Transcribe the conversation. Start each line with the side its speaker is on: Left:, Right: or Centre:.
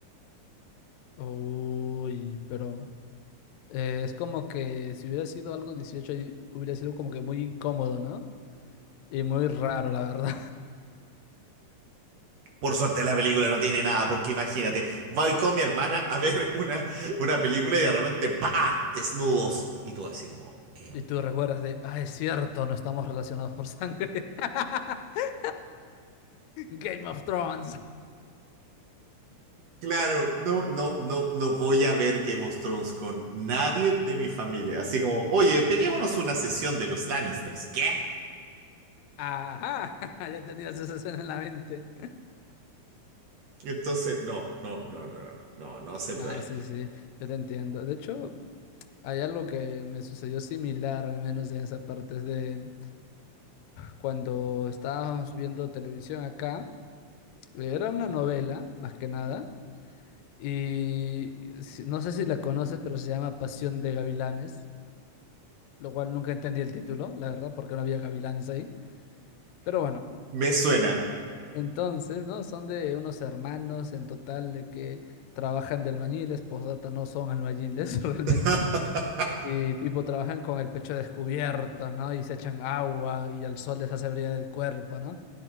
Left: Uy, pero eh, es como que si hubiera sido algo 18 y hubiera sido como que muy incómodo, ¿no? Y muy raro, la verdad.
Right: Por suerte la película no tiene nada, porque imagínate, voy con mi hermana a ver una, una película y de repente, ¡bah! Desnudos. Y tú así como... em,
Left: Y tú recuerdas de, ah, es cierto, no estamos relacionados por sangre. <laughs> Game of Thrones.
Right: Claro, no, no, no, no voy a ver Game of Thrones con nadie de mi familia. Así como, oye, peguémonos una sesión de los Lannisters. ¿Qué?
Left: Ajá, <laughs> ya tenías esa escena en la mente.
Right: Entonces, no, no, no, no, no, no, no se
Left: No,
Right: puede.
Left: sí, sí, yo te entiendo. De hecho, hay algo que me sucedió similar, al menos en esa parte, es de cuando estábamos viendo televisión acá, era una novela, más que nada, y si- no sé si la conoces, pero se llama Pasión de Gavilanes, lo cual nunca entendí el título, la verdad, porque no había gavilanes ahí. Pero bueno.
Right: Me suena.
Left: Entonces, ¿no? Son de unos hermanos en total de que trabajan de albañiles, postdata no son albañiles <laughs> realmente,
Right: <laughs>
Left: y tipo trabajan con el pecho descubierto, ¿no? Y se echan agua y el sol les hace brillar el cuerpo, ¿no?